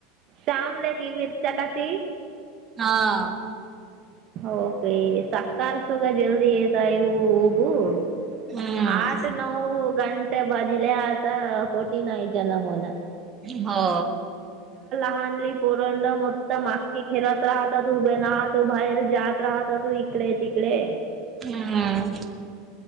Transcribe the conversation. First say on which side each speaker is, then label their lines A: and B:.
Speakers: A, on the right; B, on the right.
A: शामला की मिरचाकाची.
B: हा!
A: <unintelligible> आठ नव
B: हम्म
A: हो! <unintelligible>
B: हा!
A: भहानली पोरंड मत मागकी खेळत राहत तू उभे राहतो बाहेर जात राहत तो इकडे तिकडे.
B: हूं!